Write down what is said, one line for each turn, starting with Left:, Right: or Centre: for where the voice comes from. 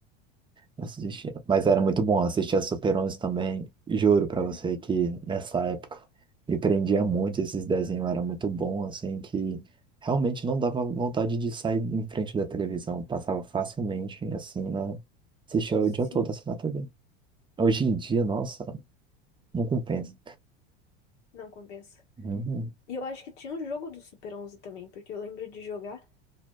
Right: Assistia. Mas era muito bom, assistia Super 11 também. Juro pra
Left: Uhum.
Right: você que nessa época me prendia muito, esses desenhos era muito bom, assim, que realmente não dava vontade de sair em frente da televisão. Passava facilmente, assim, na... assistia
Left: Sim,
Right: o dia todo, assim, na TV. Hoje em dia, nossa, não compensa.
Left: não compensa.
Right: Uhum.
Left: E eu acho que tinha um jogo do Super 11 também, porque eu lembro de jogar.